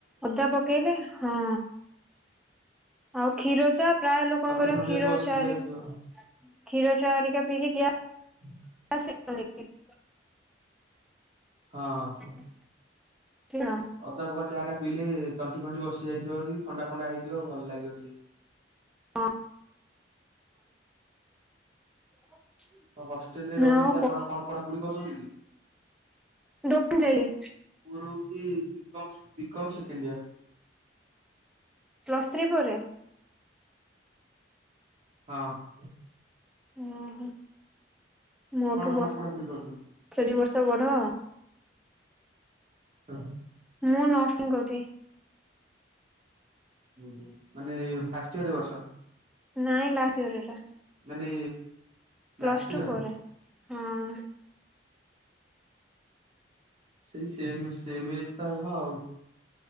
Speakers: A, in the centre; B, on the right.
A: ଅଦା ପକେଇଲେ ହଁ ଆଉ କ୍ଷୀର ଚା ପ୍ରାୟ ଲୋକଙ୍କର
B: ତଣ୍ଟି ଫଣ୍ଟି
A: କ୍ଷୀର
B: ଯଦି ବସି
A: ଚା
B: ଯାଇଥିବ
A: ରିକା ଖୀର ଚା ହରିକା ପିିଇକି ଗ୍ୟା
B: <inaudible>
A: ସେ <unintelligible>
B: ହଁ
A: ହ <unintelligible>
B: ଅଦା ପକା ଚାହା ଟା ପିଇଲେ ତଣ୍ଟି ଫଣ୍ଟି ବସିଯାଇଥିବ ଯଦି ଥଣ୍ଡା ଫଣ୍ଡା ହେଇଥିବ ଭଲ ଲାଗିବ ଟିକେ।
A: ହଁ <inaudible>
B: ତ ହଷ୍ଟେଲ ରେ ରହୁଛନ୍ତି
A: ଆଉ
B: ଆପଣ କଣ ପଢାପଢି କରୁଛନ୍ତି କି?
A: ଦୋକ ଯଳି <unintelligible>
B: ମୋର ହୋଉଚି BCom BCom second year.
A: Plus three ପରେ
B: ହଁ
A: ଓହୋ ମୋଠୁ
B: ଆପଣ କଣ
A: ବର୍ଷେ
B: ପଢାପଢି କରୁଛନ୍ତି?
A: ଦିବର୍ଷ ବଡ।
B: ହ ହ
A: ମୁଁ ନର୍ସିଂ କରୁଛି।
B: ହଁ ହୁଁ ମାନେ ଫାଷ୍ଟ ଇୟର ଏ ବର୍ଷ
A: ନାଇଁ ଲାଷ୍ଟ ଇଅର ଏଟା।
B: ମାନେ
A: ପ୍ଲସ୍
B: ଲାଷ୍ଟ
A: ଟୁ
B: ଇୟର।
A: ପରେ ହଁ
B: ସେଇ ସେମ ସେମ ଏଗ ତ ହବ ଆଉ